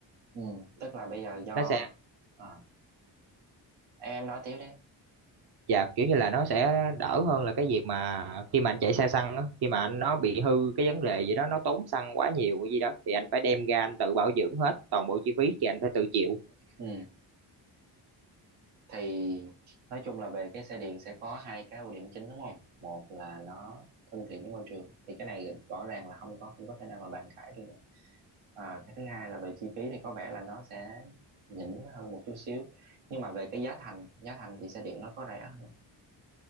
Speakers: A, on the right; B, on the right.
A: ừ tức là bây giờ do
B: nó sẽ
A: à, em em nói tiếp đi
B: dạ kiểu như là nó sẽ đỡ hơn là cái việc mà khi mà anh chạy xe xăng đó, khi mà anh nó bị hư cái vấn đề gì đó nó tốn xăng quá nhiều gì đó thì anh phải đem ra anh tự bảo dưỡng hết toàn bộ chi phí thì anh phải tự chịu
A: ừ thì nói chung là về cái xe điện sẽ có hai cái ưu điểm chính đúng không một là nó thân thiện với môi trường thì cái này rõ ràng là không có không có thể nào mà bàn cãi được à, cái thứ hai là về chi phí thì có vẻ là nó sẽ nhỉnh hơn một chút xíu nhưng mà về cái giá thành giá thành thì xe điện nó có rẻ hơn